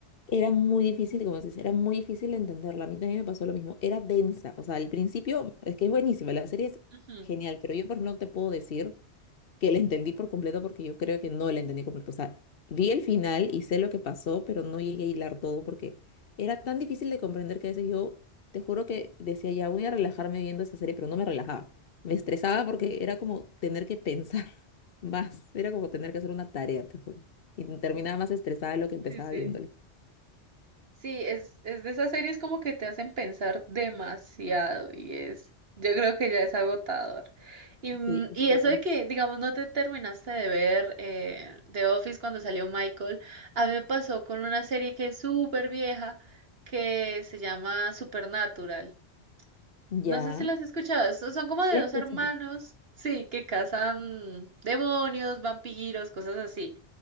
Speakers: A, on the left; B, on the right.
A: Era muy difícil, como dices, era muy difícil entenderla. A mí también me pasó lo mismo. Era densa. O sea, al principio es que es buenísima, la serie es
B: Ujú,
A: genial, pero yo por no te puedo decir. que la entendí por completo porque yo creo que no la entendí completo. O sea, vi el final y sé lo que pasó, pero no llegué a hilar todo porque era tan difícil de comprender que a veces yo, te juro que decía, ya voy a relajarme viendo esta serie, pero no me relajaba. Me estresaba porque era como tener que pensar <laughs> más, era como tener que hacer una tarea, te juro. Y terminaba más estresada de lo que empezaba
B: Sí, sí.
A: viéndola.
B: Sí, es, es de esas series como que te hacen pensar demasiado y es, yo creo que ya es agotador. Y, mm,
A: Sí, y
B: y
A: todo
B: eso
A: tal.
B: de que, digamos, no te terminaste de ver eh, The Office cuando salió Michael, a mí me pasó con una serie que es súper vieja que se llama Supernatural. No
A: Ya.
B: sé si las has escuchado, so- son como de
A: La
B: dos
A: escuché.
B: hermanos, sí, que cazan demonios, vampiros, cosas así.